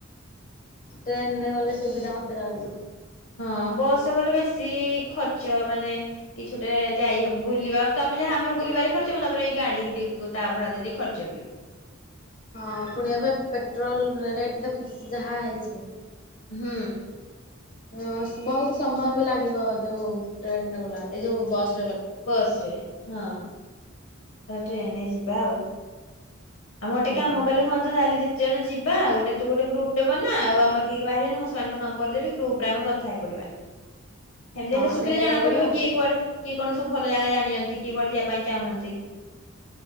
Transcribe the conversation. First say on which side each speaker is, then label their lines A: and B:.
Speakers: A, on the left (about 40°); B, on the left (about 70°).
A: ଟେନ୍ ରେ ଗଲେ ସୁବିଧା ମୋତେ ଲାଗୁଚି।
B: ହଁ ବସ୍ ରେ ଗଲେ ବେଶି ଖର୍ଚ୍ଚ ମାନେ କିଛି ଗୋଟେ ଯାଇ ହେ- ବୁଲିବା ତ ଆମେ ଯାହା ଆମର ବୁଲିବାରେ ଖର୍ଚ୍ଚ ହବ, ତାପରେ ଏଇ ଗାଡି ଦେ-ତା ଭଡା ଦେଇ ଦେଇ ଖର୍ଚ୍ଚ ବି।
A: ହଁ ପୁଣି ଏବେ ପେଟ୍ରୋଲ୍ ରେଟ୍ ଦେଖୁଚୁ ଯାହା ହେଇଛି।
B: ହୁଁ।
A: ହଁ ସ-ବହୁତ ସମୟ ବି ଲାଗିବ ଯୋଉ ଟ୍ରେନ୍ ରେ ଗଲା ଏଇ ଯୋଉ ବସ୍
B: ବସ୍ ରେ ହଁ। ତ ଟ୍ରେନ୍ ରେ ଯିବା ଆଉ। ଆମର ଟେ
A: ହୁଁ
B: କାମ କଲେ ହୁଅନ୍ତା ତାହେଲେ ଯେ ଜଣ ଯିବା ଗୋଟେ ତୁ ଗୋଟେ ଗ୍ରୁପ୍ ଟେ ବନା। ଆଉ ଆମର କିଏ କିଏ ବାହାରିଚନ୍ତି ମୁଁ ସେମାନଙ୍କ ନମ୍ବର ଦେବି ଗ୍ରୁପ୍ ରେ ଆମେ କଥା ହେଇ ପଡିବା। ସେମିତି
A: ହଁ
B: ହେଲେ ସୁବିଧା
A: ସେଇଆ
B: ଜଣା
A: କରିବା
B: ପଡିବ,
A: ଆଉ
B: କିଏ କୁଆଡେ କିଏ କଣ ସବୁ ଭଲ ଜାଗା ଜାଣିଚନ୍ତି। କିଏ କୁଆଡେ ଯିବା ପାଇଁ ଚାହୁଁଚନ୍ତି।